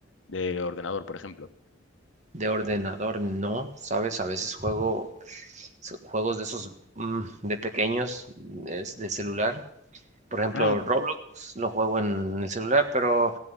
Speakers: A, on the left; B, on the right.
A: de ordenador, por ejemplo.
B: De ordenador, no, sabes, a veces juego so- juegos de esos mm, de pequeños, es de celular. Por ejemplo,
A: Ah,
B: Roblox lo juego en el celular, pero